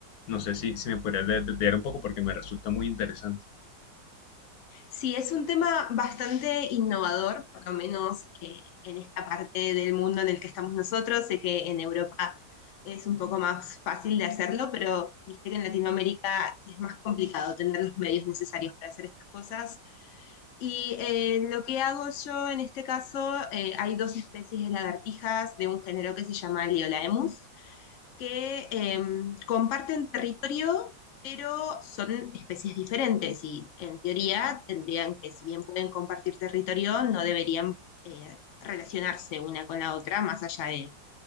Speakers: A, on the left (about 65°); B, on the left (about 85°).
A: No sé si, si me podrías de- detallar un poco porque me resulta muy interesante.
B: Sí, es un tema bastante innovador, por lo menos eh, en esta parte del mundo en el que estamos nosotros. Sé que en Europa es un poco más fácil de hacerlo, pero viste que en Latinoamérica es más complicado tener los medios necesarios para hacer estas cosas. Y eh, lo que hago yo en este caso, eh, hay dos especies de lagartijas de un género que se llama Liolaemus que eh, comparten territorio, pero son especies diferentes y en teoría tendrían que, si bien pueden compartir territorio, no deberían eh, relacionarse una con la otra más allá de,